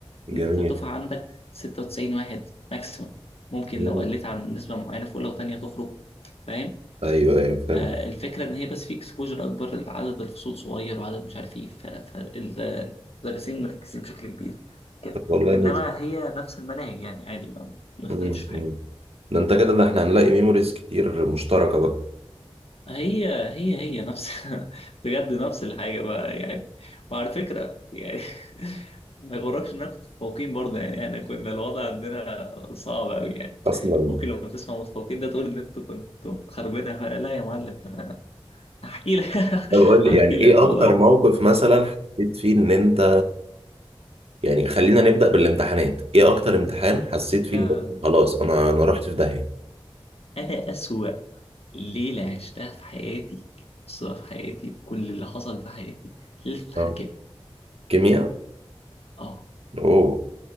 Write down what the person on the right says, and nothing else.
جميل
مم.
ايوه ايوه فهمت
طب والله
لذيذ
مم،
مم.
ده انت كده ده احنا هنلاقي ميموريز كتير مشتركة بقى
اصلا
طب قول لي
يعني ايه
اكتر
موقف مثلا حسيت فيه ان انت يعني خلينا نبدأ بالامتحانات ايه اكتر امتحان حسيت فيه
ان انت خلاص انا انا رحت في داهية
اه
كيمياء
اوه